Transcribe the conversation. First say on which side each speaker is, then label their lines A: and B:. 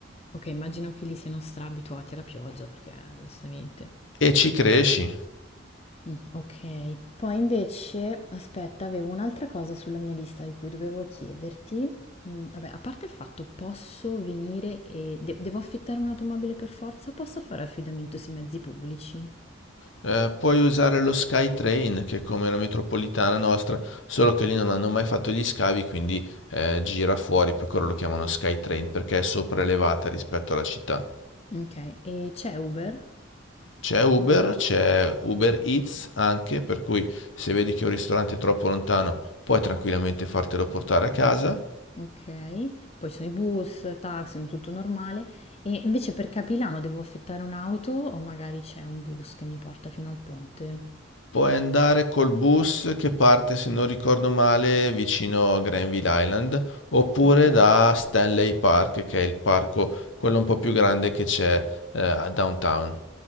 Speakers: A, on the left; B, on the left.
A: Ok, immagino che lì siano stra abituati alla pioggia, perché giustamente.
B: E ci cresci.
A: Mm, ok, poi invece, aspetta, avevo un'altra cosa sulla mia lista di cui dovevo chiederti. Mm, vabbè, a parte il fatto, posso venire e de- devo affittare un'automobile per forza? Posso fare affidamento sui mezzi pubblici?
B: Eh, puoi usare lo SkyTrain, che è come la metropolitana nostra, solo che lì non hanno mai fatto gli scavi, quindi eh, gira fuori, per quello lo chiamano SkyTrain, perché è sopraelevata rispetto alla città.
A: Ok, e c'è Uber?
B: C'è Uber, c'è Uber Eats anche, per cui se vedi che un ristorante è troppo lontano, puoi tranquillamente fartelo portare a casa.
A: Ok, poi ci sono i bus, taxi, tutto normale. E invece per Capilano devo affittare un'auto o magari c'è un bus che mi porta fino al ponte?
B: Puoi andare col bus che parte, se non ricordo male, vicino a Granville Island, oppure
A: Ok.
B: da Stanley Park, che è il parco, quello un po' più grande che c'è eh, a downtown.